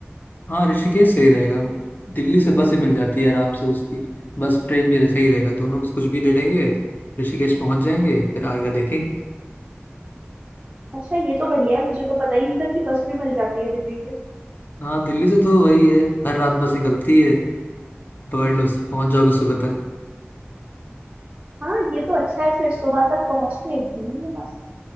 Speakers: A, on the left; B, on the right.
A: हाँ ऋषिकेश सही रहेगा दिल्ली से बस ही मिल जाती है आराम से उसकी बस ट्रेन भी सही रहेगा दोनों बस कुछ भी ले लेंगे ऋषिकेश पहुंच जाएंगे फिर आगे का देखेंगे
B: अच्छा ये तो बढ़िया है मुझे तो पता ही नहीं था कि बस भी मिल जाती है दिल्ली से
A: हाँ दिल्ली से तो वही है हर रात बस निकलती है पकड़ लो पहुंच जाओगे सुबह तक
B: हाँ ये तो अच्छा है फिर सुबह तक पहुँच के घूमेंगे मस्त